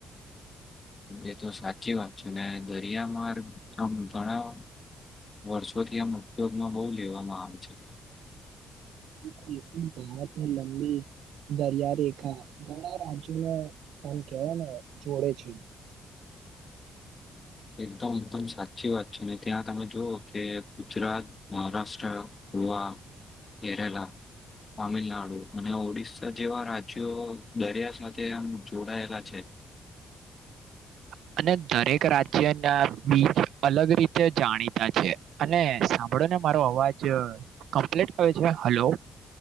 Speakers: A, on the left; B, on the right.
A: એ તો સાચી વાત છે ને દરિયામાં ભણ વર્ષોથી આમ ઉપયોગમાં બહુ લેવામાં આવે છે.
B: બિલકુલ <unintelligible> દરિયા રેખા ઘણા રાજ્યોમાં કેવા ને જોડે છે. <inaudible>
A: એકદમ એકદમ સાચી વાત છે ને ત્યાં તમે જુઓ કે ગુજરાત મહારાષ્ટ્ર ગોવા હા કેરળ તામિલનાડુ અને ઓડિસ્સા જેવા રાજ્યો દરિયા સાથે આમ જોડાયેલા છે
B: <inaudible> અને દરેક રાજ્ય ના બીજ અલગ રીતે જાણીતા છે અને સાંભળો ને મારો અવાજ ક્પ્લીટ કર છે હલો